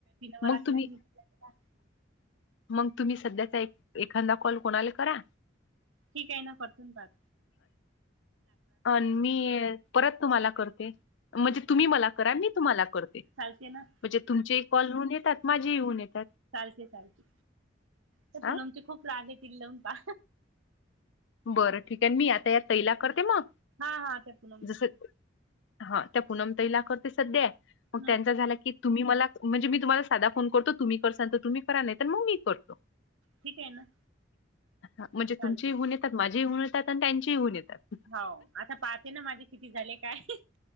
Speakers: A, on the right; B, on the left.
A: मला
B: मग
A: केला
B: तुम्ही
A: मी तिला केला
B: मग तुम्ही सध्याचा एक एखादा कॉल कोणाला करा
A: ठीक आहे ना परतून पात.
B: अन मी परत तुम्हाला करते. म्हणजे तुम्ही मला कराल मी तुम्हाला करते.
A: चालतंय ना.
B: म्हणजे तुमचेही कॉल होऊन येतात माझेही होऊन येतात.
A: चालते चालख तर
B: हा
A: पुनमचे खूप लाग आहेतील लमपा.
B: बरं ठीक आहे मी आता या तैला करते मग
A: हा हा त्या पूनमला
B: जस
A: करा
B: हा त्या पूनम तैला करते सध्या
A: हम्म
B: मग त्यांचा
A: हम्म
B: झाला की तुम्ही मला म्हणजे मी तुम्हाला साधा फोन करतो तुम्ही कर सांगत तुम्ही करा नाही तर मगी करतो.
A: ठीक आहे ना.
B: हा म्हणजे
A: चालते
B: तुमचेही होऊन येतात माझ्याहीहऊन येतात आणि त्यांच्याही होऊन येतात.
A: हो आता पाहते ना माझे किती झाले काय.